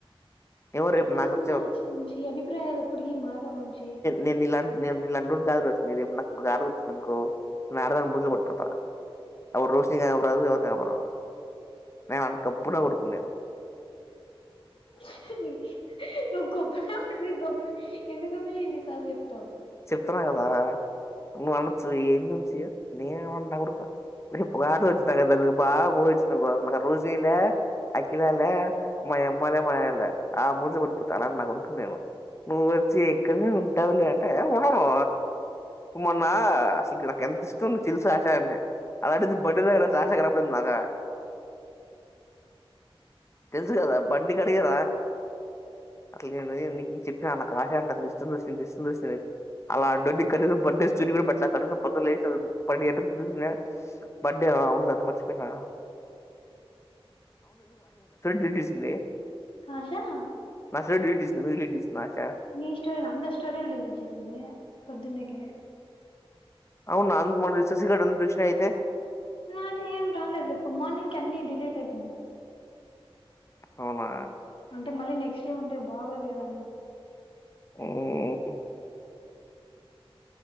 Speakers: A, on the left; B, on the left.
A: ఎవో రేపు
B: రోజు
A: నాకు వచ్చే
B: మారొచ్చు
A: ఒక
B: వంశీ అభిప్రాయాలు ఎప్పటికీ మారవు వంశీ
A: నేను ఇలాంటి నేను నీలంటోడు కాదు లాసక్మి ఇప్పు నాకు ఆడద వచ్చింది ఇకో నను ఆరదని ముజ పడిపోతా అప్పుడు రోషనీ కాపడదు ఎవరు కాపడ నేను అందు కప్పుడా కొడుకుందేను
B: ని <unintelligible> ఎన్ని సార్లు చెప్
A: చెప్తున్నా కదా నువ్వు అనొచ్చు ఏంది వంశి నేను మన్న ఉరుక <unintelligible> బాగా పోయిచ్చిన బ రుశిలే అఖిలాలే మా అమ్మలేే మా నాన న్ ఆ మూ కొడిపోత అలా నా కొడుకు నేను నూవ్వోచ్చి ఇక్కడినే ఉంటానులే అంటే ఉండను మొన్నా అసలు ఇ నాకు ఎంత ఇష్టం తెలుసు ఆశ అంటే ఆలాంటిది బర్తడే రోజు నాక్ ఆశ కనపడింది నాకా తెలుసు కదా బండి కడిగారా అసల్ నేను నిక్ చెప్పి నాకు ఆశ అంట అంత ఇష్టం చూసిష్ట <unintelligible> అలాంటోన్ని <unintelligible> పొద్దున లేచిన పనేండు గంటలకు చుసిన బర్తడే అవును కద మర్చిపోయినా <unintelligible> చేసింది
B: ఆశా
A: <unintelligible> నాకా
B: ని స్టోరీ అందరి స్టోరీలు డిలీట్ చేసింది పొద్దున్నకి
A: అవున అంద్ మ <unintelligible> దృష్ణ అయితే
B: నాది ఏం రాలేద్ లే ఇప్పు మార్నింగ్ కే అన్ని డిలేలీటైపోయినాయ్
A: అవునా
B: అంటే మళ్ళీ నెక్స్ట్ డే ఉంటే బాగోదు కదా అనేమొ
A: మ్మ్